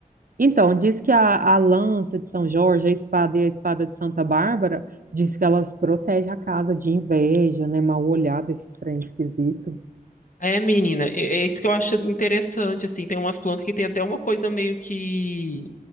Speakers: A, on the right; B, on the left.
A: Então, diz que a, a lança de São Jorge, a espada e a espada de Santa Bárbara, diz que elas protegem a casa de inveja, né? Mal olhada, esse trem esquisito.
B: É, menina, é é isso que eu acho interessante, assim, tem umas plantas que tem até uma coisa meio que